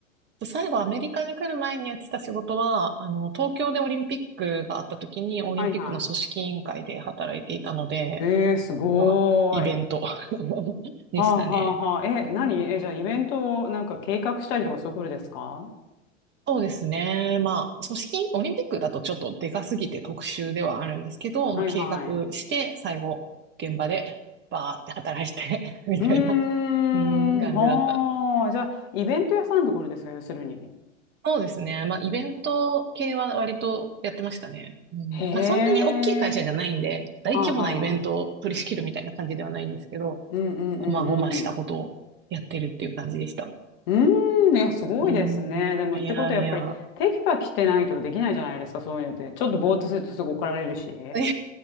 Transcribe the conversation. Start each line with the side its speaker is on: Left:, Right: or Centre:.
Right: 最後、アメリカに来る前にやってた仕事は、あの、東京でオリンピックがあった時に、オリンピックの組織委員会で働いていたので、
Left: はいはい。えー、すごーい。
Right: まあ、イベント <laughs> でしたね。
Left: はあはあはあ。え、
Right: うん
Left: 何え、じゃあイベントをなんか計画したりとかそういうことですか
Right: そうですね。まあ、組織、オリンピックだとちょっとでかすぎて特殊ではあるんですけど、
Left: はいはい。
Right: まあ、計画して、最後、現場で、バーって働いて <laughs> みたいな、
Left: うーん、
Right: うん、感じだった。
Left: はあ。じゃあ、イベント屋さんってことですか要するに。
Right: そうですね。まあ、イベント系は割とやってましたね。うん、
Left: へえ。
Right: まあ、そんなに大きい会社じゃないんで、大規模なイベントを取り仕切るみたいな感じではないんですけど、
Left: はあはあ。うんうんうんうん。
Right: 細々したことをやってるっていう感じでした。
Left: うーん、いや、すごいですね。
Right: うん、
Left: でも、ってことはやっぱり、
Right: いやいや。
Left: テキパキしてないとできないじゃないですか、そういうのって。ちょっとぼーっとするとすぐ怒られるし。
Right: いや